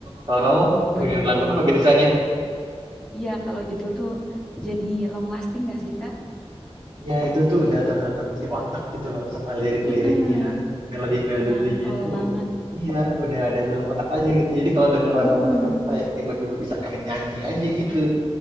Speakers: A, on the right; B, in the centre.
A: Kalau
B: bener.
A: kamu dengerin lagu apa biasanya?
B: Iya, kalau jadul tuh jadi long lasting gak sih Kak?
A: Ya itu tuh udah tertanam di otak gitu loh sama lirik-liriknya.
B: Heeh,
A: Melodi-melodinya
B: nyantol
A: tuh
B: banget.
A: iya udah ada dalam otak aja gitu. Jadi kalau denger lagu
B: Mm-mm.
A: mereka tuh kayak tiba-tiba bisa pengen nyanyi aja gitu.